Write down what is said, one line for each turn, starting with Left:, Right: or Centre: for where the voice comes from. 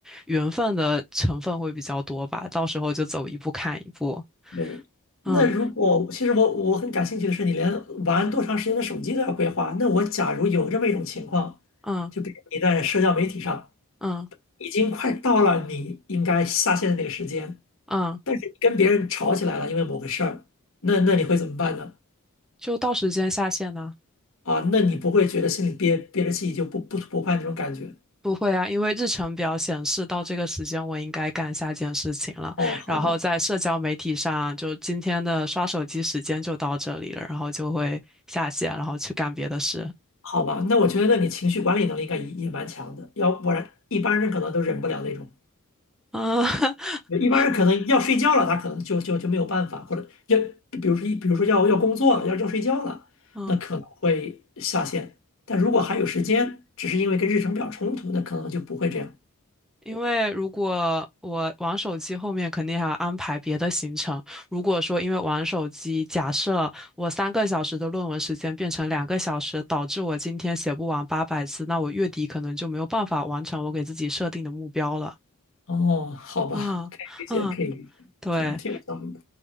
Centre: 缘分的成分会比较多吧，到时候就走一步看一步。
Left: 对，
Centre: 嗯
Left: 那如果其实我我很感兴趣的是，你连玩多长时间的手机都要规划。那我假如有这么一种情况，
Centre: 嗯
Left: 就比如你在社交媒体上
Centre: 嗯
Left: 已经快到了你应该下线的那个时间，
Centre: 嗯，
Left: 但是你跟别人吵起来了，因为某个事儿，那那你会怎么办呢？
Centre: 就到时间下线呢？
Left: 啊，那你不会觉得心里憋憋着气就不不不快那种感觉？
Centre: 不会啊，因为日程表显示到这个时间我应该干下件事情了，
Left: 哦，好吧，
Centre: 然后在社交媒体上就今天的刷手机时间就到这里了，然后就会下线，然后去干别的事。
Left: 好吧，那我觉得那你情绪管理能力应该也也蛮强的，要不然一般人可能都忍不了那种。
Centre: 嗯 <laughs>
Left: 一般人可能要睡觉了，他可能就就就没有办法，或者要比如说一比如说要要工作了，要要睡觉了，
Centre: 嗯。
Left: 那可能会下线。但如果还有时间，只是因为跟日程表冲突，那可能就不会这样。
Centre: 因为如果我玩手机，后面肯定还要安排别的行程。如果说因为玩手机，假设我三个小时的论文时间变成两个小时，导致我今天写不完八百字，那我月底可能就没有办法完成我给自己设定的目标了。
Left: 哦，好吧，
Centre: 嗯嗯，
Left: 可以理解，可以理解，
Centre: 对
Left: 挺挺有道理的。